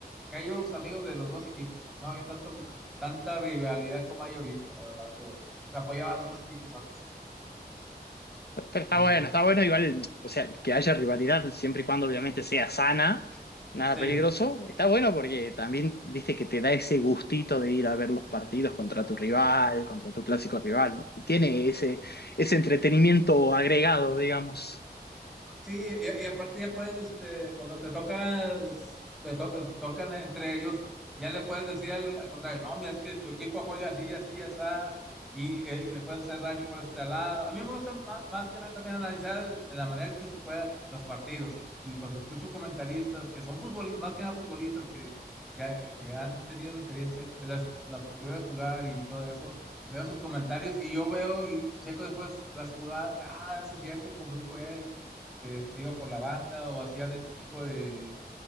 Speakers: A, in the centre; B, on the left (about 70°).
A: Que ahí íbamos amigos de los dos equipos. No había tanto, tanta rivalidad como hay ahorita, la verdad, pero se apoyaba a los dos equipos antes así.
B: pero
A: Sí.
B: está bueno, está bueno igual, o sea, que haya rivalidad siempre y cuando obviamente sea sana, nada
A: Sí,
B: peligroso, está bueno porque también, viste, que te da ese gustito de ir a ver los partidos contra tu rival, contra tu clásico rival, tiene ese, ese entretenimiento agregado, digamos,
A: sí, y, y aparte ya puedes, este, cuando te tocas, te to- tocan entre ellos, ya le puedes decir al, al contrario, no, mira, es que tu equipo juega así, así, así, y eh, le puedes hacer daño por este lado. A mí me gusta más, más que nada también analizar en la manera que se pueda los partidos. Y cuando escucho comentaristas que son futbolistas, más que nada futbolistas que, que, que han tenido la experiencia, la, la oportunidad de jugar y todo eso veo sus comentarios y yo veo y checo después las jugadas, ah, sí, cierto, como dijo él, que se iba por la banda o hacían este tipo de,